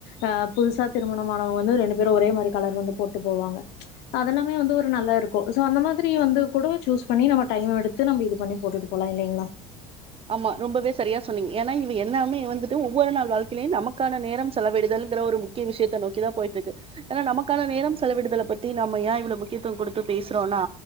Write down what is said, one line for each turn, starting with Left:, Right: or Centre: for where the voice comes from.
Left: ஆஹ் புதுசா திருமணமானவங்க வந்து ரெண்டு பேரும் ஒரே மாதிரி கலர் வந்து போட்டு போவாங்க அதெல்லாமே வந்து ஒரு நல்லா இருக்கும் சோ அந்த மாதிரி வந்து கூட சூஸ் பண்ணி நம்ம டைம் எடுத்து நம்ம இது பண்ணி போட்டுட்டு போலாம் இல்லைங்களா
Right: ஆமா ரொம்பவே சரியா சொன்னீங்க ஏன்னா இ என்னாமே வந்துட்டு ஒவ்வொரு நாள் வாழ்க்கையிலயையும் நமக்கான நேரம் செலவிடுதல்ங்கிற ஒரு முக்கிய விஷயத்ததை நோக்கிதான் போயிட்டு இருக்கு ஏன்னா நமக்கான நேரம் செலவிடுதலை பத்தி நம்ம ஏன் இவ்வளவு முக்கியத்தும் கொடுத்து பேசுறோம்னா